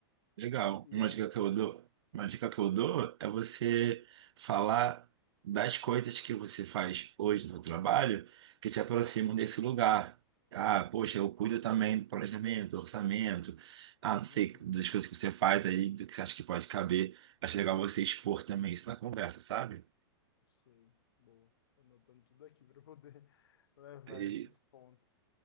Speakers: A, on the right; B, on the left.
A: Legal.
B: E
A: Uma
B: a...
A: dica que eu dou, uma dica que eu dou é você falar das coisas que você faz hoje no trabalho que te aproximam desse lugar. Ah, poxa, eu cuido também do planejamento, do orçamento, ah, não sei,
B: Uhum,
A: das coisas que você faz aí, do que você acha que pode caber. Acho legal você expor também isso na conversa, sabe?
B: sei, boa. Tô anotando tudo aqui para poder <laughs> levar
A: E
B: esses pontos.